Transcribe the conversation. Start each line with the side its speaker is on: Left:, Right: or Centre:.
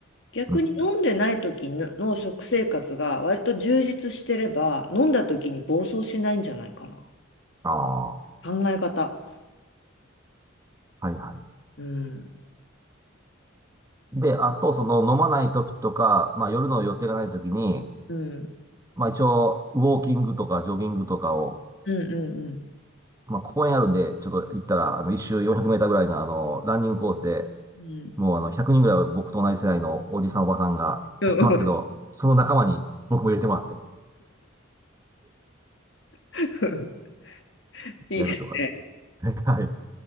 Left: 逆に飲んでない時のの食生活が割と充実してれば、
Right: うん。
Left: 飲んだ時に暴走しないんじゃないかな。
Right: ああ、は
Left: 考え方。
Right: いは
Left: うん。
Right: い。で、あと、その、飲まない時とか、まあ、夜の予定がない時に、
Left: うん。
Right: まあ、一応、ウォーキングとか、ジョギングとかを、
Left: うんうんうん。
Right: まあ、公園あるんで、ちょっと行ったら、あの、一周400メーターぐらいの、あの、ランニングコースで、
Left: うん
Right: もう、あの、100人ぐらいは僕と同じ世代のおじさん、おばさんが走ってますけど、
Left: うん
Right: その仲間に僕も入れてもらって、
Left: <laughs> いいですね。
Right: やるとかですね。<laughs> はい。